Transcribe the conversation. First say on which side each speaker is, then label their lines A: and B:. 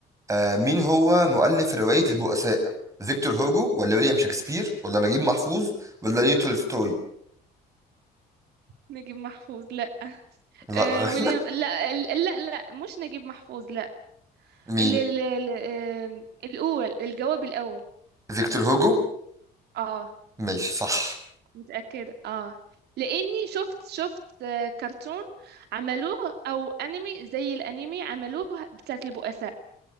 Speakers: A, on the right; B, on the right.
A: آه مين هو مؤلف رواية البؤساء فيكتور هوجو ولا ويليام شكسبير ولا نجيب محفوظ ولا ليو تولستوي
B: نجيب محفوظ لا
A: لا
B: آه
A: غلط
B: ويليام لا ال- لا لا مش نجيب محفوظ لا
A: <laughs> مين
B: ال... ال... ال... آم، الاول الجواب الاول
A: فيكتور هوجو
B: اه
A: ماشي صح
B: متأكدة اه لاني شفت شفت آه، كرتون عملوه او انمي زي الانمي عملوه بتاعت البؤساء